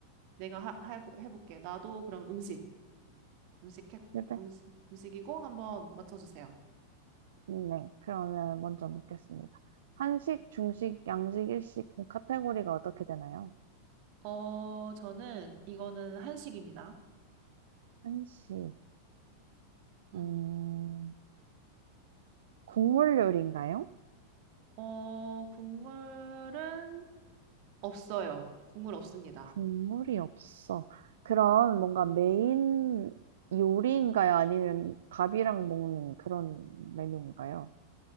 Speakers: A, on the right; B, on the right.
A: 내가 하, 해, 해볼게. 나도 그럼 음식 음식 해,
B: 그래?
A: 음식 음식이고 한번 맞춰주세요.
B: 네, 그러면 먼저 묻겠습니다. 한식, 중식, 양식, 일식 카테고리가 어떻게 되나요?
A: 어, 저는 이거는 한식입니다.
B: 한식,
A: 음.
B: 음, 국물 요리인가요?
A: 어, 국물은 없어요. 국물 없습니다.
B: 국물이 없어. 그럼 뭔가 메인 요리인가요? 아니면 밥이랑 먹는 그런 메뉴인가요?